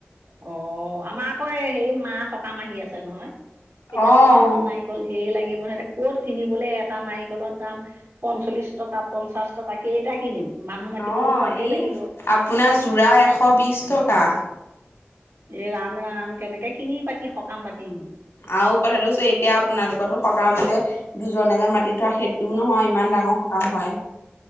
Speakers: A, on the right; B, on the left.
A: অ আমাৰ আকৌ হেৰি মা সকাম আহি আছে নহয় এতিয়া
B: অ',
A: সকামত নাই কল ধেৰ লাগিব নহয় এটা কত কিনিবলে এটা নাৰিকলৰ দাম পঞ্চল্লিশ টকা পঞ্চাশ টকা কেইটা কিনিম মানুহ মাতিবতো
B: অ
A: সৰহকেই
B: এই
A: লাগিব
B: আপোনাৰ যোৰা এশ বিশ টকা
A: এ ৰাম ৰাম কেনেকে কিনি পাতি সকাম পাতি
B: আউ কথাটো কৈছো এতিয়া আপোনালোকটো সকামলে দুজন এজন মাতি থোৱা সেইটোও নহয় ইমান ডাঙৰ সকাম হয়